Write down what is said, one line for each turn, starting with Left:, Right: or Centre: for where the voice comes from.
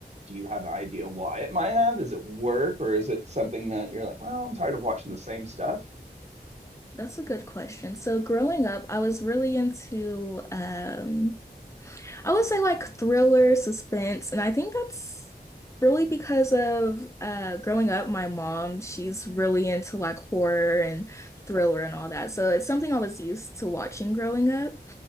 Right: do you have an idea why it might have? Is it work or is it something that you're like, well, I'm tired of watching the same stuff?
Left: That's a good question. So growing up, I was really into um I would say like thriller, suspense, and I think that's really because of uh growing up, my mom, she's really into like horror and thriller and all that. So it's something I was used to watching growing up,